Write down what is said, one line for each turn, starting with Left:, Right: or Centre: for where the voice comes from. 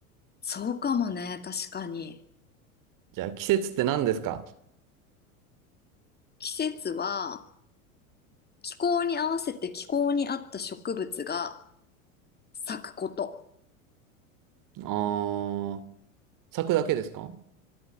Left: そうかもね。確かに。
Right: じゃあ季節って何ですか
Left: 季節は気候に合わせて気候に合った植物が咲くこと。
Right: あー、咲くだけですか